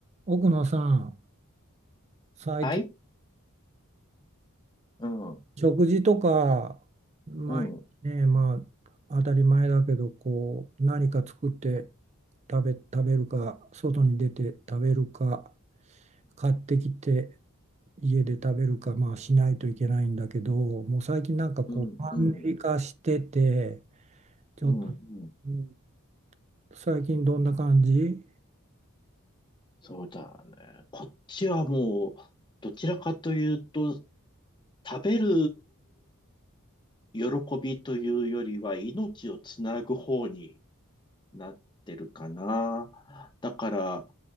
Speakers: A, on the right; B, on the left.
A: 奥野さん、最近
B: はい。うん、うん、
A: 食事とか、毎日ね、
B: うん、
A: まあ当たり前だけど、こう何か作って食べ、食べるか、外に出て食べるか、買ってきて家で食べるか、まあしないといけないんだけど、もう最近なんかこうマンネリ化してて、
B: うん、
A: ちょっと、
B: うん、うん。
A: うん最近どんな感じ
B: そうだね。こっちはもう、どちらかというと、食べる喜びというよりは、命をつなぐ方になってるかな。だから、